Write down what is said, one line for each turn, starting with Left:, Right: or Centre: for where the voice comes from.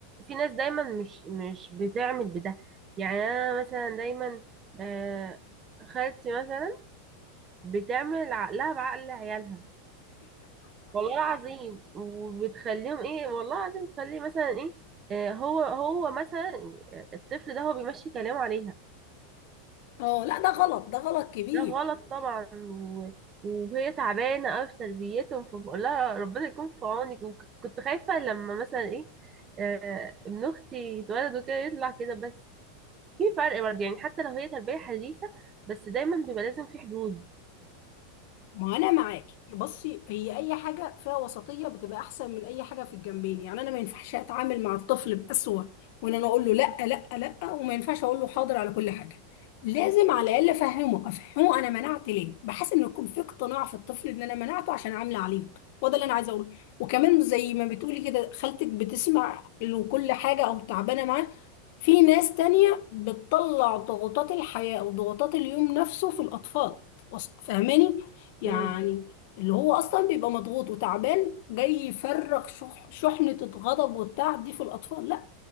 Right: في ناس دايما مش مش بتعمل بده يعني أنا مثلا دايما آه خالتي مثلا بتعمل عقلها بعقل عيالها والله العظيم وبتخليهم ايه والله العظيم تخليه مثلا ايه آه، هو هو مثلا الطفل ده هو بيمشي كلامه عليها
Left: اه لا ده غلط ده غلط كبير
Right: ده غلط طبعا و- وهي تعبانه قوي في تربيتهم فبقول لها ربنا يكون في عونك وكنت خايفه لما مثلا ايه آه، ابن اختي يتولد وكده يطلع كده بس في فرق برضه يعني حتى لو هي تربيه حديثه بس دايما بيبقى لازم في حدود
Left: ما انا معاكي بصي هي اي حاجه فيها وسطيه بتبقى احسن من اي حاجه في الجنبين يعني انا ما ينفعش اتعامل مع الطفل بأسوأ وان انا اقول له لا لا لا وما ينفعش اقول له حاضر على كل حاجه لازم على الاقل افهمه افهمه انا منعت ليه بحيث ان يكون في اقتناع في الطفل ان انا منعته عشان عامله عليه وده اللي انا عايزه اقوله وكمان زي ما بتقولي كده خالتك بتسمع له كل حاجه او تعبانه معاه في ناس تانية بتطلع ضغوطات الحياه او ضغوطات اليوم نفسه في الاطفال وص- فاهماني يعني
Right: مم.
Left: اللي هو اصلا بيبقى مضغوط وتعبان جاي يفرغ شح- شحنة الغضب والتعب دي في الاطفال لا